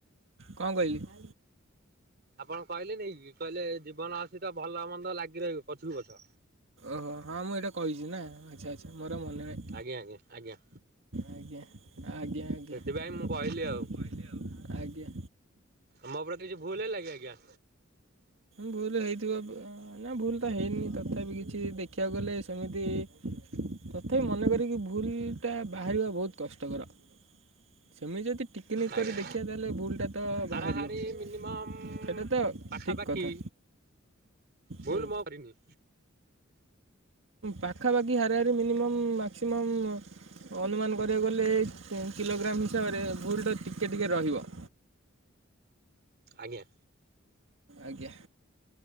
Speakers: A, on the right (about 65°); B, on the right (about 50°).
A: କଣ କହିଲି?
B: ଆପଣ କହିଲେ ନେଇକି, କହିଲେ ଜୀବନ ଅଛିତ ଭଲ ମନ୍ଦ ଲାଗିରହିବ, ପଛ କୁ ପଛ।
A: ଓହୋ! ହଁ, ମୁଁ ଏଇଟା କହିଛି ନା, ଆଛା ଅଛା ମୋର ଆଉ ମନେ ନାହିଁ।
B: ଆଜ୍ଞା, ଜ୍ଞା, ଆଜ୍ଞା।
A: ଆଜ୍ଞା ଆଜ୍ଞା ଆଜ୍ଞା,
B: ସେଥିପାଇଁ ମୁଁ କହିଲି ଆଉ
A: ଆଜ୍ଞା।
B: ଆମ ପ୍ରତି କିଛି, ଭୁଲ୍ ହେଲାକି ଆଜ୍ଞା?
A: ଭୁଲ୍ ହେଇଥିବ। ନାଁ ଭୁଲ୍ ତ ହେଇନି ତଥାପି କିଛି ଦେଖିଆକୁ ଗଲେ ସେମିତି ତଥାପି ମନେ କରିକି ଭୁଲ୍ ଟା ବାହାରିବା ବହୁତ୍ କଷ୍ଟକର। ସେମିତି ଯଦି ଟିକନିକ୍
B: ଆଜ୍ଞା।
A: କରି ଦେଖିବା ତା, ହେଲେ ଭୁଲଟା ତ
B: ହାରାହାରି
A: ବାହାରିବ। ସେଇଟା
B: ମିନିମମ୍
A: ତ
B: ପାଖାପାଖି,
A: ଠିକ୍ କଥା
B: ଭୁଲ
A: ହୁଁ
B: ମୁଁ ଆଉ କରିନି।
A: ପାଖାପାଖି, ହାରି ହାରି ମିନିମମ୍ ମା ମ୍ୟାକ୍ସିମମ୍ ଅନୁମାନ କରିବାକୁ ଗଲେ କିଲୋଗ୍ରାମ୍ ହିସାବରେ ଭୁଲ ତ ଟିକ୍ ଟିକେ ଟିକେ ରହିବ।
B: ଆଜ୍ଞା।
A: ଆଜ୍ଞା।